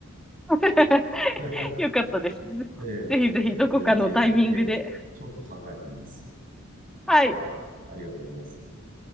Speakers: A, in the centre; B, on the right.
A: <laughs>
B: <laughs>
A: よかったです。
B: ええ、
A: ぜひぜひどこかのタイミングで。
B: ちょっと、ええ、ぜひ、ええ、ちょっと考えてみます。
A: はい。
B: はい、ありがとうございます。